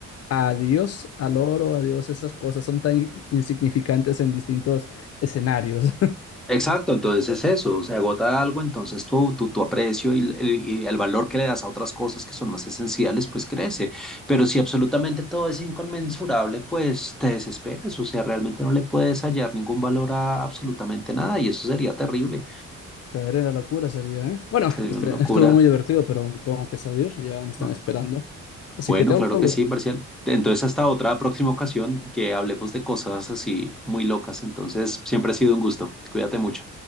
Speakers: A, on the left (about 55°); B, in the centre.
A: Adiós al oro, adiós, esas cosas son tan insignificantes en distintos escenarios.
B: Exacto, entonces es eso, se agota algo, entonces tu, tu, tu aprecio y, el y el valor que le das a otras cosas que son más esenciales, pues crece. Pero si absolutamente todo es inconmensurable, pues te desesperas, o sea, realmente no le puedes hallar ningún valor a absolutamente nada y eso sería terrible,
A: Caer en la locura sería, ¿eh? Bueno,
B: sería
A: este,
B: una locura.
A: estuvo muy divertido, pero tengo que salir, ya me están
B: Ah,
A: esperando. Así
B: Bueno,
A: que te
B: claro
A: hablo.
B: que sí, Marcial. Entonces hasta otra próxima ocasión que hablemos de cosas así muy locas. Entonces siempre ha sido un gusto. Cuídate mucho.